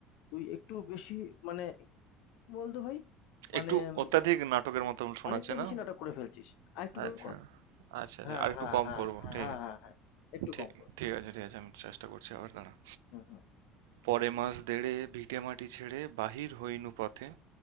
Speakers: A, on the left; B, on the right.
A: তুই একটু বেশি মানে কি বলতো ভাই মানে
B: একটু
A: উম,
B: অত্যাধিক নাটকের মতন শোনাচ্ছে
A: অনেকটা
B: না?
A: বেশি নাটক করে ফেলছিস আর একটু কম
B: আচ্ছা,
A: কর
B: আচ্ছা, আচ্ছা।
A: হ্যাঁ
B: আরেকটু
A: হ্যাঁ
B: কম
A: হ্যাঁ
B: করব। ঠিক
A: হ্যাঁ হ্যাঁ হ্যাঁ একটু
B: ঠিক
A: কম কর
B: ঠিক আছে, ঠিক আছে। আমি চেষ্টা করছি আবার দাঁড়ান।
A: হুম হুম
B: পরে মাস দেড়ে ভিটেমাটি ছেড়ে বাহির হইনু পথে